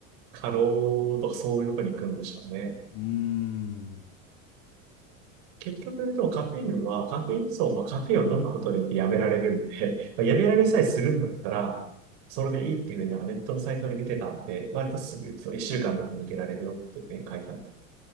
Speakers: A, on the right; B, on the left.
A: 過労とかそういうとこに行くんでしょうね。
B: うーん。
A: 結局、でもカフェインは、カフェインそう、まあ、カフェインを飲むことによってやめられるんで、<laughs> まあ、やめられさえするんだったら、それでいいっていうふうになんかネットのサイトで見てたんで、割とすぐ、そう、一週間とか抜けられるよっていうふうに書いてあった。